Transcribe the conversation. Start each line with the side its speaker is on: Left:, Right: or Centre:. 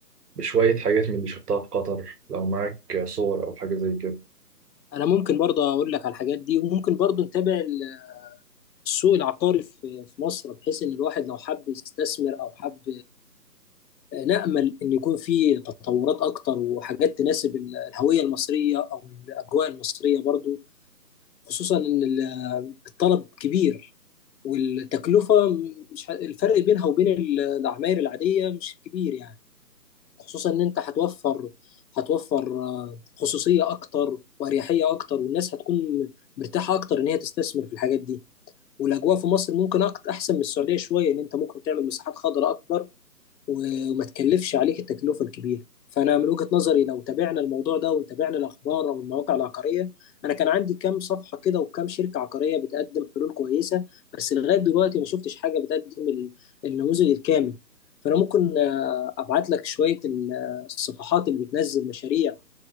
Right: بشوية حاجات من اللي شفتها في قطر لو معاك صور أو حاجة زي كده
Left: أنا ممكن برضو أقول لك على الحاجات دي وممكن برضو نتابع ال- السوق العقاري في في مصر بحيث إن الواحد لو حب يستثمر أو حب نأمل إن يكون في تطورات أكتر وحاجات تناسب الهوية المصرية أو الأجواء المصرية برضو خصوصا إن ال- الطلب كبير والتكلفة مش ه- الفرق بينها وبين ال- العماير العادية مش كبير يعني خصوصا إن أنت هتوفر هتوفر آه، خصوصية أكتر وأريحية أكتر والناس هتكون مرتاحة أكتر إن هي تستثمر في الحاجات دي والأجواء في مصر ممكن أكتر أحسن من السعودية شوية إن أنت ممكن تعمل مساحات خضراء أكبر و- وما تكلفش عليك التكلفة الكبيرة فأنا من وجهة نظري لو تابعنا الموضوع ده وتابعنا الأخبار أو المواقع العقارية أنا كان عندي كام صفحة كده وكام شركة عقارية بتقدم حلول كويسة بس لغاية دلوقتي ما شفتش حاجة بتقدم ال- النموذج الكامل فأنا ممكن آه، أبعت لك شوية ال- آه، الصفحات اللي بتنزل مشاريع